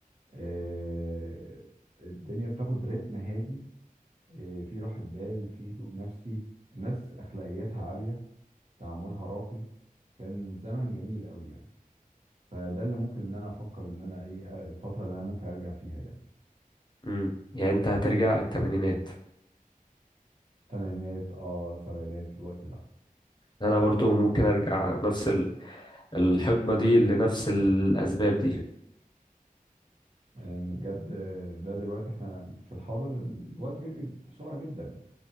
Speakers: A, on the right; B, on the left.
A: آه، الدنيا بتاخد رتم هادي آه، في راحة بال في هدوء نفسي الناس اخلاقياتها عالية تعاملها راقي كان زمن جميل قوي يعني فده اللي ممكن ان انا افكر ان انا ايه الفترة اللي انا ممكن ارجع فيها يعني
B: امم يعني انت هترجع الثمانينات
A: تمانينات اه سبعينات في الوقت ده
B: انا برضو ممكن ارجع نفس ال- الحقبه دي لنفس الاسباب دي
A: ان بجد ده دلوقتي احنا في الحاضر الوقت بيجري بسرعه جدا